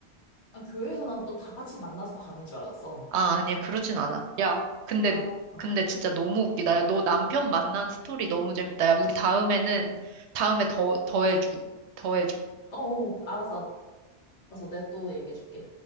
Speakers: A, on the left; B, on the right.
A: 아, 교회에서 난 또 다 같이 만나서 가는 줄 알았어.
B: 아, 아니야, 그러진 않아. 야, 근데,
A: 아, 어,
B: 근데 진짜 너무 웃기다. 야, 너 남편 만난 스토리 너무 재밌다. 야, 우리 다음에는, 다음에 더, 더 해줘. 더 해줘.
A: 어, 알았어, 알았어. 내가 또 얘기해줄게.